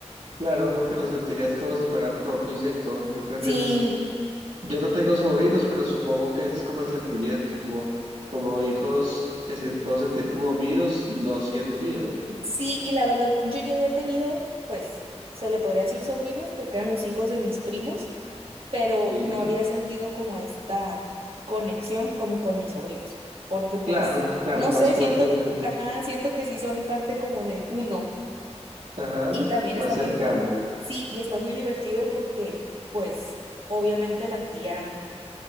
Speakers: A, on the right; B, on the right.
A: claro, porque los sentirías como si fueran propios, ¿cierto? Yo creo
B: Sí.
A: que esos, yo no tengo sobrinos, pero supongo que ese es como el sentimiento, como, como hijos que si- puedo sentir como míos, no siendo míos.
B: Sí, y la verdad, yo ya había tenido, pues, se le podría decir sobrinos, porque eran los hijos de mis primos, pero
A: sí
B: no había sentido como esta conexión como con mis sobrinos, porque pues,
A: Claro, claro,
B: no
A: es más
B: sé,
A: fuerte
B: siento,
A: porque es más,
B: ajá, siento que sí son parte como de uno.
A: ajá,
B: Y también
A: más
B: está
A: cercana,
B: muy, sí, y está muy divertido porque, pues, obviamente la tía